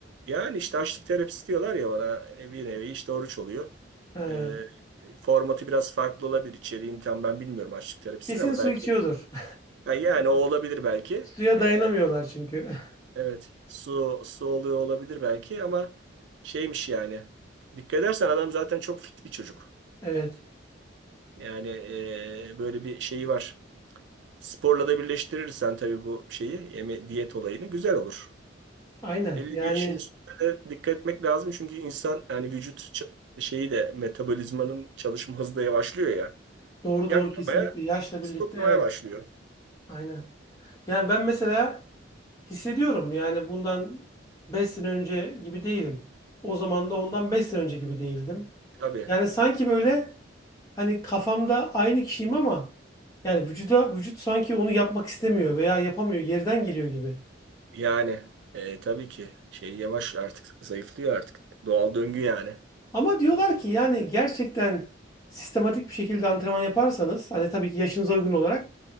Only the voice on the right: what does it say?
Yani işte açlık terapisi diyorlar ya ona e, bir nevi işte oruç oluyor.
Ee, formatı biraz farklı olabilir. İçeriğini tam ben bilmiyorum açlık terapisini
ama
belki
Ha, yani o olabilir belki.
Ee,
evet. Su su oluyor olabilir belki ama şeymiş yani. Dikkat edersen adam zaten çok fit bir çocuk.
Yani e, böyle bir şeyi var. Sporla da birleştirirsen tabii bu şeyi yeme diyet olayını güzel olur.
belli
bir yaşın üstüne de dikkat etmek lazım. Çünkü insan yani vücut ç- şeyi de metabolizmanın çalışma hızı da yavaşlıyor ya.
Yakmaya,
stoklamaya
başlıyor.
Tabii.
Yani e, tabii ki şey yavaş artık zayıflıyor artık. Doğal döngü yani.